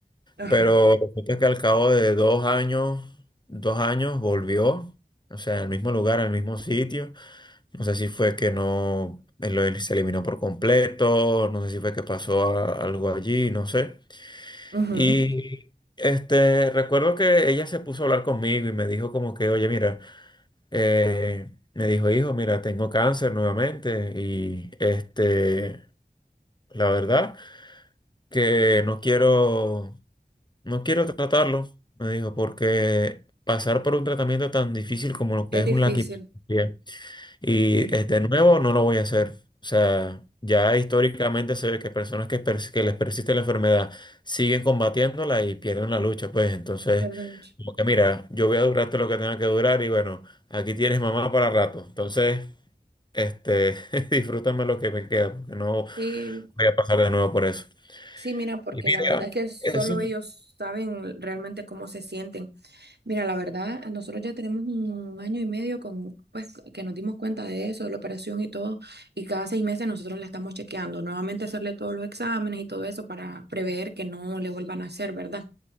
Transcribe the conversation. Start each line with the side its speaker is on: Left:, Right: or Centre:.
Right: Ajá.
Left: Pero resulta que al cabo de dos años, dos años volvió, o sea, al mismo lugar, al mismo sitio. No sé si fue que no, él lo- él se eliminó por completo, no sé si fue que pasó a- algo allí, no sé.
Right: ujú.
Left: Y este, recuerdo que ella se puso a hablar conmigo y me dijo como que, oye, mira, eh, me dijo, hijo, mira, tengo cáncer nuevamente y este, la verdad que no quiero No quiero tratarlo, me dijo, porque pasar por un tratamiento tan difícil como lo
Right: Es
Left: que es
Right: difícil,
Left: un la quimioterapia y
Right: sí,
Left: es de nuevo no lo voy a hacer. O sea, ya históricamente se ve que personas que, pers- que les persiste la enfermedad siguen combatiéndola y pierden la lucha, pues entonces,
Right: pierde mucho.
Left: como que mira, yo voy a durarte lo que tenga que durar y bueno, aquí tienes mamá para rato. Entonces, este, <laughs> disfrútame lo que me queda, porque no
Right: Sí,
Left: voy a pasar de nuevo por eso.
Right: sí, mira, porque
Left: Y mira,
Right: la verdad es que solo
Left: eso.
Right: ellos saben realmente cómo se sienten. Mira, la verdad, nosotros ya tenemos un año y medio con, pues, que nos dimos cuenta de eso, de la operación y todo, y cada seis meses nosotros la estamos chequeando, nuevamente hacerle todos los exámenes y todo eso para prever que no le vuelvan a hacer, ¿verdad?